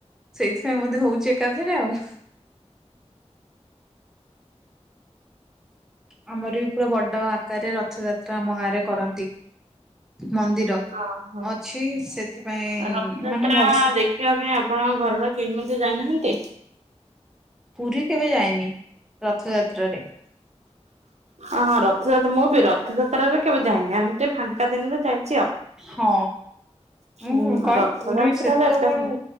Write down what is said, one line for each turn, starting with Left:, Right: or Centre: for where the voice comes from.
Centre: ସେଇଥିପାଇଁ ବୋଧେ ହଉଛି ଏକାଥରେ ଆଉ। ଆମର ବି ପୁରା ବଡ ଆକାରରେ ରଥଯାତ୍ରା ଆମ ଗାଁରେ କରନ୍ତି ମନ୍ଦିର।
Right: ହଁ ହଁ।
Centre: ଅଛି ସେଥିପାଇଁ
Right: ରଥଯାତ୍ରା
Centre: ମାନେ ଭଲସେ
Right: ଦେଖିବା ପାଇଁ ଆପଣ ଘରର କେହି ମଧ୍ୟ ଯାଇନାହାନ୍ତି?
Centre: ପୁରୀ କେବେ ଯାଇନି ରଥଯାତ୍ରାରେ
Right: ଅ ହଁ ରଥଯାତ୍ରା ମୁଁ ବି ରଥଯାତ୍ରାରେ କେବେ ଯାଇନି ଏମିତି ଫାଙ୍କା ଦିନରେ ଯାଇ
Centre: ହଁ।
Right: ହୁଁ
Centre: ମୁଁ କହେ
Right: ରଥଯାତ୍ରାରେ
Centre: ପୁରୀ ସେତେବେଳୁ
Right: ଏତେ